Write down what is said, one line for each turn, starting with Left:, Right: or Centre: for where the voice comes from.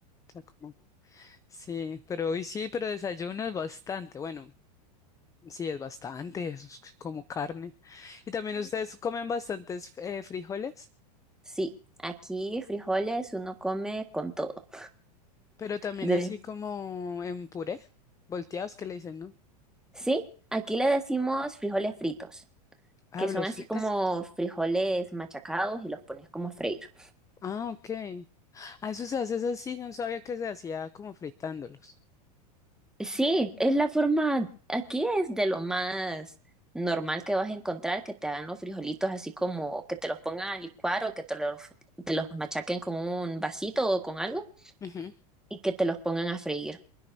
Left: O sea, como, sí, pero hoy sí, pero desayuno es bastante, bueno, sí, es bastante, es como carne. Y también ustedes comen bastantes eh, frijoles,
Centre: sí, aquí frijoles uno come con todo.
Left: pero también
Centre: De-
Left: así como en puré, volteados que le dicen, ¿no?
Centre: Sí, aquí le decimos frijoles fritos,
Left: Ah,
Centre: que son
Left: ¿los
Centre: así
Left: frita?
Centre: como frijoles machacados y los pones como freídos.
Left: Ah, ok. Ah, eso se hace es así, sí, no sabía que se hacía como fritándolos.
Centre: Sí, es la forma, aquí es de lo más normal que vas a encontrar que te hagan los frijolitos así como que te los pongan a licuar o que te los, te los machaquen con un vasito o con algo
Left: Ujú.
Centre: y que te los pongan a freír.